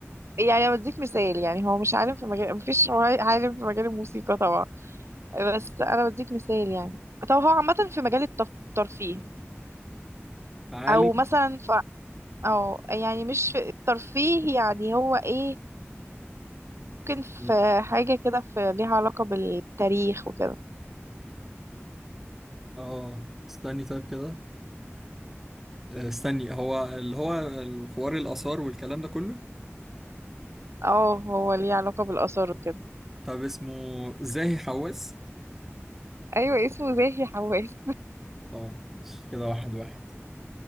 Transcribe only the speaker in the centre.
عالم
إيه؟
اه استني طيب كده آه، استني هو اللي هو الحوار الآثار والكلام ده كله
طب اسمه زاهي حواس
طب ماشي كده واحد واحد